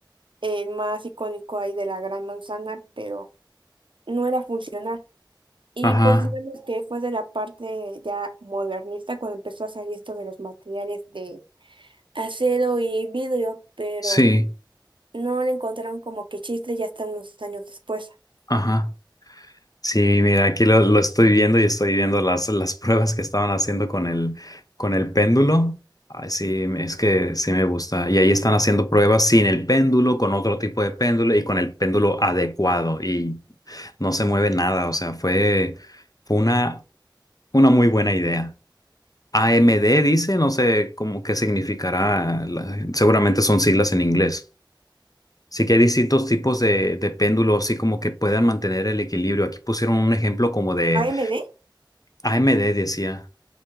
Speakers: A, on the right (about 90°); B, on the left (about 50°).
A: el más icónico ahí de la Gran Manzana, pero no era funcional. Y
B: ajá,
A: pues digamos que fue de la parte ya modernista cuando empezó a salir esto de los materiales de acero y vidrio, pero
B: sí,
A: no le encontraron como que chiste ya hasta unos años después.
B: ajá. Sí, mira, aquí lo, lo estoy viendo y estoy viendo las, las pruebas que estaban haciendo con el, con el péndulo. Ay, sí, es que sí me gusta. Y ahí están haciendo pruebas sin el péndulo, con otro tipo de péndulo y con el péndulo adecuado. Y no se mueve nada. O sea, fue, fue una, una muy buena idea. AMD dice, no sé cómo qué significará. la- seguramente son siglas en inglés. Sí que hay distintos tipos de, de péndulos, así como que puedan mantener el equilibrio. Aquí pusieron un ejemplo como de
A: A M D
B: AMD decía.